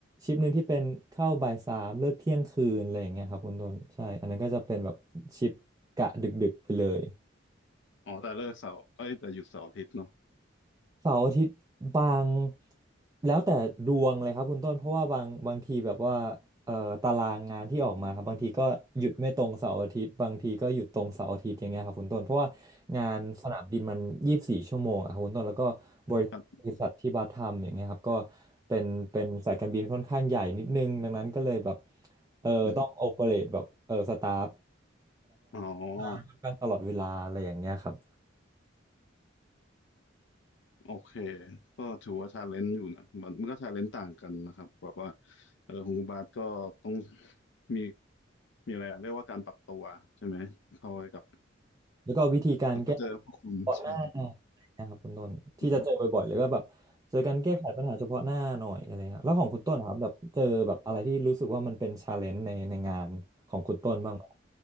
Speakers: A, on the right; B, on the left.
A: ชิปหนึ่งที่เป็นเข้าบ่ายสามเลิกเที่ยงคืนอะไรอย่างเงี้ยครับคุณต้นใช่อันนั้นก็จะเป็นแบบชิปกะดึกๆไปเลย
B: อ๋อแต่เลิกเสาร์เอ้ยแต่หยุดเสาร์อาทิตย์เนาะ
A: เสาร์อาทิตย์บางแล้วแต่ดวงเลยครับคุณต้นเพราะว่าบางบางทีแบบว่าเอ่อตารางงานที่ออกมาครับบางทีก็หยุดไม่ตรงเสาร์อาทิตย์บางทีก็หยุดตรงเสาร์อาทิตย์อย่างเงี้ยครับคุณต้นเพราะว่างานสนามบินมันยี่สิบสี่ชั่วโมงอะครับคุณต้นแล้วก็บริบริษัทที่บาทำอย่างเงี้ยครับก็
B: ครับ
A: เป็นเป็นสายการบินค่อนข้างใหญ่นิดนึงดังนั้นก็เลยแบบเออต้องโอเปเรตแบบเออสตาฟ
B: อืมอ๋อ
A: งานค่อนข้างตลอดเวลาอะไรอย่างเงี้ยครับ
B: โอเคก็ถือว่าชาเลนจ์อยู่นะมันมันก็ชาเลนจ์ต่างกันนะครับแบบว่าเออของคุณบาทก็ต้องมีมีอะไรอะเรียกว่าการปรับตัวใช่ไหมเข้าไปกับ
A: แล้วก็วิธีการแก้เฉพาะหน้าอะไร
B: แล้วก็เจอพวกคุณใช่
A: นะครับคุณต้นที่จะเจอบ่อยๆเลยก็แบบเจอการแก้ไขปัญหาเฉพาะหน้าหน่อยอะไรเงี้ยแล้วของคุณต้นนะครับแบบเจอแบบอะไรที่รู้สึกว่ามันเป็นชาเลนจ์ในในงานของคุณต้นบ้างไหม
B: อื